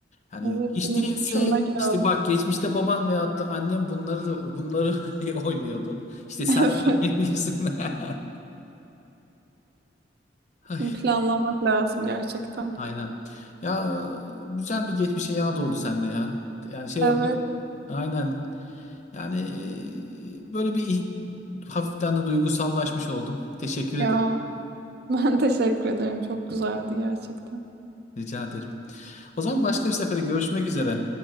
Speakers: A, on the left (about 40°); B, on the right (about 60°).
A: Yani
B: Evet
A: hiç
B: bunu
A: değilse
B: bir düşünmek lazım.
A: işte bak geçmişte baban veyahut da annem bunları da bunları <laughs> oynuyordu. İşte sen
B: <laughs>
A: de
B: Evet,
A: oynayabilirsin. <laughs> Ay,
B: bunu planlamak lazım gerçekten.
A: Aynen. Ya güzel bir geçmişe yağ doldu sende ya. Yani şey
B: Evet.
A: yapın. Aynen. Yani e, böyle bir hafiften de duygusallaşmış oldum. Teşekkür ederim.
B: Ya ben teşekkür ederim. Çok güzeldi gerçekten.
A: Rica ederim. O zaman başka bir sefere görüşmek üzere.